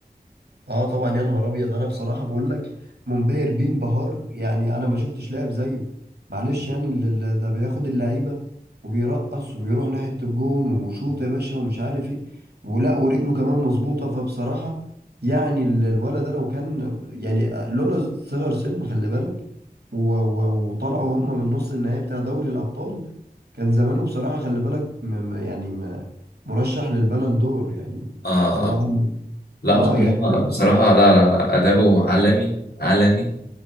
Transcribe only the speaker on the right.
اه طبعا يا نهار ابيض انا بصراحه بقول لك منبهر بيه انبهار يعني انا ما شفتش لاعب زيه معلش يعني ال- ال- ده بياخد اللعيبه وبيرقص وبيروح ناحيه الجون وشوط يا باشا ومش عارف ايه ولا ورجله كمان مظبوطه فبصراحه يعني ال- الولد ده لو كان يعني لولا صغر سنه خلي بالك و- و- وطلعوا هم من نص النهائي بتاع دوري الابطال كان زمانه بصراحه خلي بالك م- م- يعني م- مرشح للبالون دور يعني
بصراحه
اه
يعني